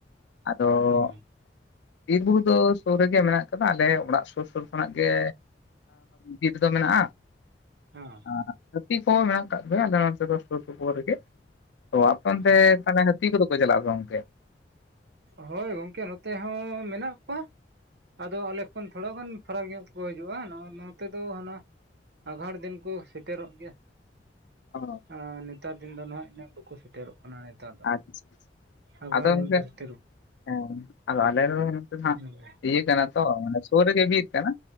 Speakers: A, on the left (about 75°); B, on the right (about 65°).
A: ᱟᱫᱚ
B: ᱦᱮᱸ
A: ᱵᱤᱨᱵᱩᱨᱩ ᱫᱚ ᱥᱩᱨ ᱨᱮᱜᱮ ᱢᱮᱱᱟᱜ ᱠᱟᱫᱟ ᱟᱞᱮ ᱚᱲᱟᱜ ᱥᱩᱨ ᱥᱩᱨ ᱠᱷᱚᱱᱟᱜ ᱜᱮ ᱵᱤᱨ ᱫᱚ ᱢᱮᱱᱟᱜᱼᱟ᱾
B: ᱦᱚᱸ᱾
A: ᱦᱮᱸ ᱦᱟᱛᱤ ᱠᱚ ᱢᱮᱱᱟᱜ ᱠᱟᱫ ᱞᱮᱭᱟ ᱟᱞᱮ ᱱᱚᱛᱮ ᱫᱚ ᱥᱩᱨ ᱥᱩᱯᱩᱨ ᱨᱮᱜᱮ, ᱛᱚ ᱟᱯᱮ ᱚᱱᱛᱮ
B: ᱦᱮᱸ
A: ᱛᱟᱦᱞᱮ ᱦᱟᱹᱛᱤ ᱠᱚᱫᱚ ᱠᱚ ᱪᱟᱞᱟᱜᱼᱟ ᱜᱚᱝᱠᱮ
B: ᱦᱳᱭ ᱜᱚᱝᱠᱮ ᱱᱚᱛᱮ ᱦᱚᱸ ᱢᱮᱱᱟᱜ ᱠᱚᱣᱟ᱾ ᱟᱫᱚ ᱟᱞᱮ ᱠᱷᱚᱱ ᱛᱷᱚᱲᱟ ᱜᱟᱱ ᱯᱷᱟᱨᱟᱠ ᱧᱚᱜ ᱛᱮᱠᱚ ᱦᱤᱡᱩᱜᱼᱟ ᱱᱚᱜᱼᱚ ᱱᱚᱛᱮ ᱫᱚ ᱦᱟᱱᱟ ᱟᱸᱜᱷᱟᱲ ᱫᱤᱱ ᱠᱚ ᱥᱮᱴᱮᱨᱚᱜ ᱜᱮᱭᱟ᱾
A: ᱚ
B: ᱟ ᱱᱮᱛᱟᱨ ᱫᱤᱱ ᱫᱚ ᱱᱟᱦᱟᱜ ᱩᱱᱟᱹᱜ ᱵᱟᱠᱚ ᱥᱮᱴᱮᱨᱚᱜ ᱠᱟᱱᱟ᱾ ᱱᱮᱛᱟᱨ ᱫᱚ
A: ᱟᱪᱪᱷᱟ
B: ᱟᱜᱟᱨ
A: ᱟᱫᱚ
B: ᱫᱤᱱ
A: ᱜᱚᱝᱠᱮ
B: ᱠᱚᱨᱮ ᱾
A: ᱦᱮᱸ ᱟᱫᱚ ᱟᱞᱮ ᱫᱚ ᱱᱚᱛᱮᱫᱚ ᱦᱟᱜ
B: ᱦᱮᱸ
A: ᱤᱭᱟᱹ ᱠᱟᱱᱟ ᱛᱚ ᱥᱳᱨ ᱨᱮᱜᱮ ᱵᱤᱨ ᱠᱟᱱᱟ